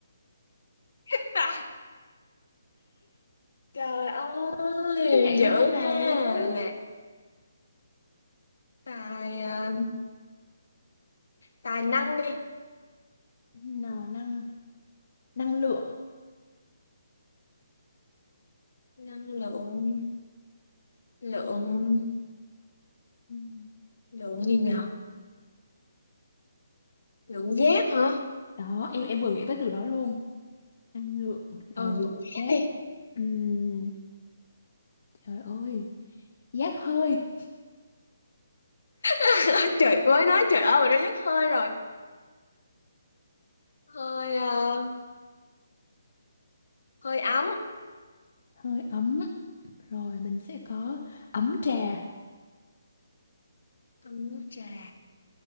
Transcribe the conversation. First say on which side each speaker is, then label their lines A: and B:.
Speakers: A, on the left (about 75°); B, on the left (about 55°).
A: <laughs> trời ơi
B: Nó nhảy
A: dữ
B: ra trong đầu
A: ha
B: luôn á
A: là tài ờ, tài năng đi
B: Nó năng năng lượng
A: năng lượng lượng
B: Ừm.
A: lượng gì nhờ lượng giác hả
B: Đó em em vừa nghĩ tới từ đó luôn Năng lượng
A: ừ
B: Rồi lượng
A: lượng
B: giác
A: giác đi
B: Ừm, Trời ơi Giác hơi
A: <laughs> trời mới nói trời ơi rồi nó dứt hơi rồi hơi ờ, hơi ấm
B: Hơi ấm Rồi mình sẽ có ấm trà
A: ấm nước trà